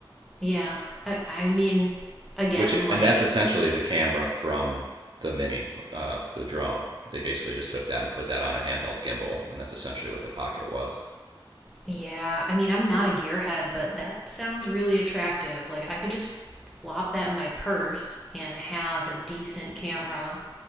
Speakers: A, in the centre; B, on the right (about 65°).
A: Yeah, I, I mean, again,
B: which
A: like
B: and that's essentially the camera from the mini uh, the drone they basically just took that and put that on a handheld gimbal and that's essentially what the pocket was
A: Yeah, I mean, I'm not a gearhead, but that sounds really attractive. Like, I could just flop that in my purse and have a decent camera